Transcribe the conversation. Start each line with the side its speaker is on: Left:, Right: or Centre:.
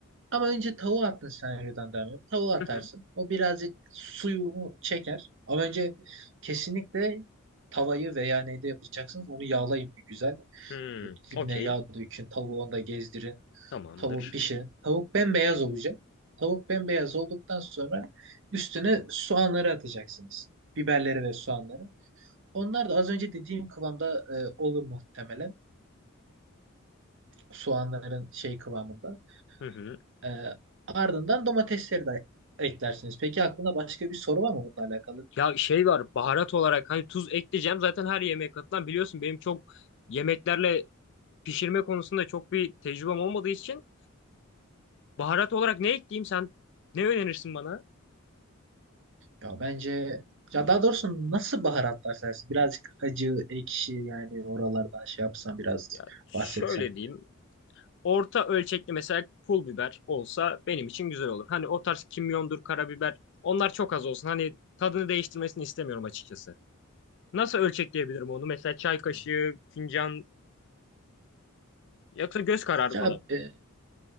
Right: Ama önce tavuğu attın senaryodan devam ediyorum. Tavuğu atarsın.
Left: Hı hı.
Right: O birazcık suyunu çeker. Ama önce kesinlikle tavayı veya neyde yapacaksınız onu yağlayın bir güzel.
Left: Hmm.
Right: Dibine
Left: Okey.
Right: yağ dökün. Tavuğu onda gezdirin.
Left: Tamamdır.
Right: Tavuk pişirin. Tavuk bembeyaz olacak. Tavuk bembeyaz olduktan sonra üstüne soğanları atacaksınız. Biberleri ve soğanları. Onlar da az önce dediğim kıvamda e, olur muhtemelen. Soğanların şey kıvamında.
Left: Hı hı.
Right: E, ardından domatesleri de eklersiniz. Peki aklında başka bir soru var mı bununla alakalı?
Left: Ya şey var baharat olarak hani tuz ekleyeceğim zaten her yemeğe katılan biliyorsun benim çok yemeklerle pişirme konusunda çok bir tecrübem olmadığı için baharat olarak ne ekleyeyim sen ne önerirsin bana?
Right: Ya bence ya daha doğrusu nasıl baharatlar sersin? Birazcık acı, ekşi yani oralardan şey yapsan biraz
Left: Ya şöyle
Right: bahsetsen.
Left: diyeyim orta ölçekli mesela pul biber olsa benim için güzel olur. Hani o tarz kimyondur karabiber onlar çok az olsun hani tadını değiştirmesini istemiyorum açıkçası. Nasıl ölçekleyebilirim onu mesela çay kaşığı
Right: Yani.
Left: fincan yoksa göz kararı
Right: Ya,
Left: falan mı?
Right: e,